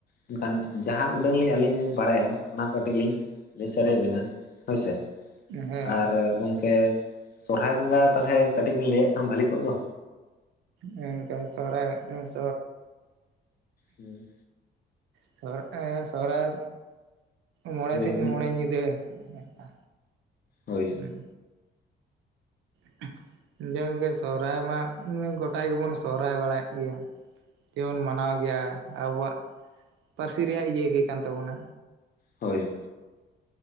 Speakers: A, on the left; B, on the right.
A: ᱢᱮᱱᱠᱷᱟᱱ ᱡᱟᱦᱟᱸ ᱩᱰᱟᱹᱝ ᱞᱤᱧ ᱵᱟᱲᱟᱭᱟ ᱚᱱᱟ ᱠᱟᱹᱴᱤᱡ ᱞᱤᱧ ᱞᱟᱹᱭ ᱥᱟᱹᱨᱤᱭᱟᱹᱵᱤᱱᱟ ᱦᱳᱭ ᱥᱮ
B: ᱦᱮᱸ
A: ᱟᱨ ᱜᱚᱝᱠᱮ ᱥᱚᱨᱦᱟᱭ ᱵᱚᱸᱜᱟ ᱛᱟᱦᱞᱮ ᱠᱟᱹᱴᱤᱡ ᱵᱮᱱ ᱞᱟᱹᱭᱼᱟᱜ ᱠᱷᱟᱱ ᱵᱷᱟᱹᱞᱤ ᱠᱚᱜ ᱫᱚ
B: ᱦᱮᱸ <unintelligible> ᱥᱚᱦᱨᱟᱭ ᱦᱟᱸᱜ
A: ᱦᱮᱸ
B: <unintelligible> ᱥᱚᱦᱨᱟᱭ ᱢᱚᱬᱮ
A: ᱦᱳᱭ
B: ᱥᱤᱧ ᱢᱚᱬᱮ ᱧᱤᱫᱟᱹ ᱟᱪᱪᱷᱟ
A: ᱦᱳᱭ
B: ᱦᱩᱸ <unintelligible> ᱥᱚᱦᱨᱟᱭ ᱢᱟ ᱜᱚᱴᱟ ᱜᱮᱵᱚᱱ ᱥᱚᱦᱨᱟᱭ ᱵᱟᱲᱟᱭᱮᱫ ᱜᱮᱭᱟ᱾ ᱠᱤᱵᱚᱱ ᱢᱟᱱᱟᱣ ᱜᱮᱭᱟ ᱟᱵᱚᱣᱟᱜ ᱯᱟᱹᱨᱥᱤ ᱨᱮᱭᱟᱜ ᱤᱭᱟᱹ ᱜᱮ ᱠᱟᱱ ᱛᱟᱵᱚᱱᱟ
A: ᱦᱳᱭ